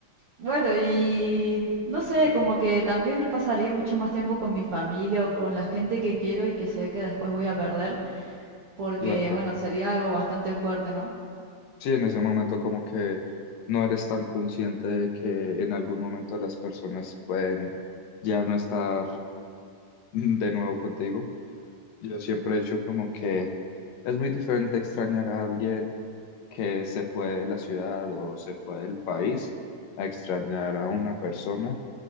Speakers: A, on the right; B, on the left.
A: bueno, y no sé, como que también pasaría mucho más tiempo con mi familia o con la gente que quiero y que sé que después voy a perder, porque
B: Claro.
A: bueno, sería algo bastante fuerte, ¿no?
B: Sí, en ese momento como que no eres tan consciente de que en algún momento las personas pueden ya no estar de nuevo contigo. Yo siempre he hecho como que es muy diferente extrañar a alguien que se fue de la ciudad o se fue del país a extrañar a una persona